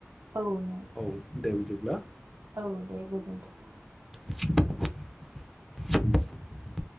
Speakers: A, on the right; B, in the centre.
A: औ नंगौ
B: औ दे बिदिबा। दा
A: औ दे गोजोन्थों
B: <inaudible>